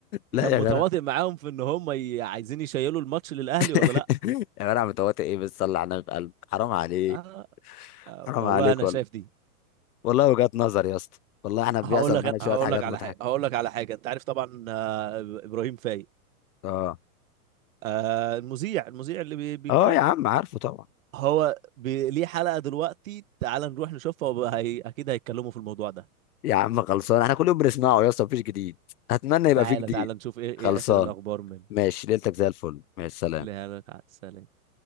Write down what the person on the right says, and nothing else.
كان
متواطئ
معاهم في ان هم ي- عايزين يشيلوا الماتش للاهلي
ولا لا
آه آه
والله
انا
شايف دي
هقول لك
هقول
لك على
حاجه هقول لك على حاجه انت عارف طبعا آه ابراهيم فايق
آه المذيع المذيع اللي بي- بيتكلم
هو بي ليه حلقه دلوقتي تعال نروح نشوفها وبقى هي... اكيد هيتكلموا في الموضوع ده
تعالى
تعالى نشوف ايه ايه
اخر الاخبار من
لا لا تعال سلام